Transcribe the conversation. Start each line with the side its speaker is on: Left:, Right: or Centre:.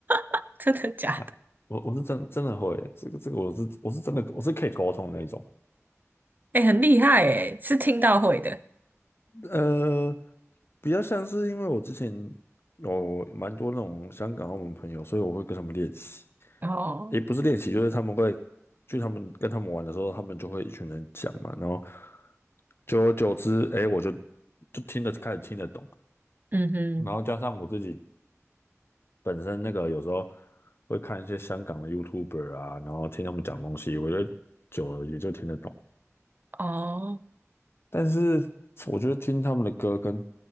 Right: <laughs> 真的假的？
Left: 啊，我我是真真的会这个这个，我是我是真的我是可以沟通的那种。
Right: 哎，很厉害哎，是听到会的。
Left: 呃，比较像是因为我之前有蛮多那种香港、澳门朋友，所以我会跟他们练习，
Right: 哦，
Left: 也不是练习，就是他们会去他们跟他们玩的时候，他们就会一群人讲嘛，然后久而久之，哎，我就就听得开始听得懂，
Right: 嗯哼，
Left: 然后加上我自己本身那个有时候会看一些香港的 YouTuber 啊，然后听他们讲东西，我觉得久了也就听得懂。
Right: 哦，
Left: 但是我觉得听他们的歌跟